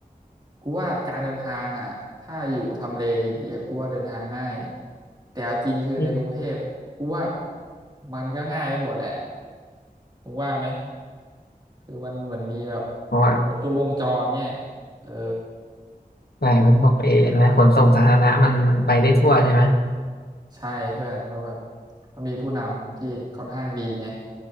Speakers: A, on the right; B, on the left.
A: กูว่าการเดินทางอ่ะถ้าอยู่ทำเลดีๆอะกูว่าเดินทางง่ายแต่เอาจริงคือในกรุงเทพกูว่า
B: อืม
A: มันก็ง่ายไปหมดแหละมึงว่าไหมคือมันเหมือนมีแบบ
B: เพราะว่า
A: ครบทุกวงจรเนี่ยเออ
B: ใช่มันพวกเอนะขนส่งสาธารณะมันมันไปได้ทั่วใช่ไหม
A: ใช่เพื่อนเพราะแบบเขามีผู้นำที่ค่อนข้างดีไง